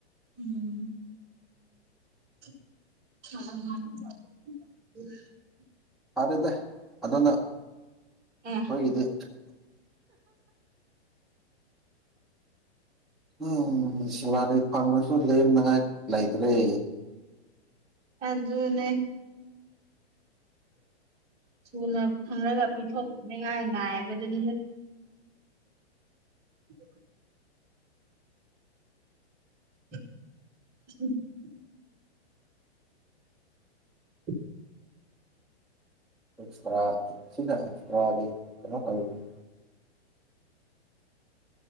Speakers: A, on the right (about 20°); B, in the centre.
A: ꯎꯝ ꯑꯝ
B: ꯐꯔꯦꯗꯦ ꯑꯗꯨꯗꯅ
A: ꯑꯦ
B: ꯍꯒꯗꯤꯦ ꯎꯝ ꯁꯦꯂꯥꯔꯤ ꯐꯪꯉꯁꯨ ꯂꯦꯝ ꯉꯍꯥꯛ ꯂꯩꯇ꯭ꯔꯦ
A: ꯑꯗꯨ ꯑꯗꯨꯅꯦ ꯊꯨꯅ ꯈꯪꯔꯒ ꯄꯤꯊꯣꯛꯅꯤꯉꯥꯏ ꯉꯥꯏꯕꯗꯨꯅꯤꯅꯦ <unintelligible> <unintelligible> <unintelligible>
B: ꯑꯦꯛꯁꯔꯥ ꯑꯁꯤꯅ ꯑꯦꯛꯁꯔꯥꯒꯤ ꯀꯩꯅꯣ ꯇꯧꯔꯤꯅꯤ